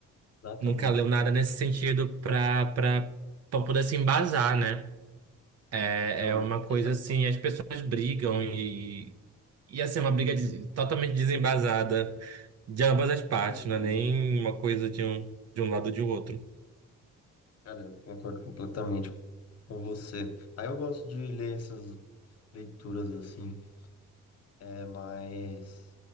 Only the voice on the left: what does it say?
exatamente.
Então,
exa
com certeza.
Cara, eu concordo completamente com você. Aí eu gosto de ler essas leituras assim, é mais